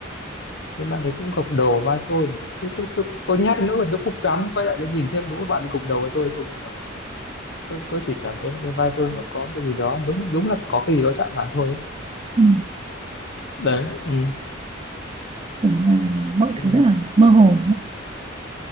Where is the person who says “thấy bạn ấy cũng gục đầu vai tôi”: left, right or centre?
Left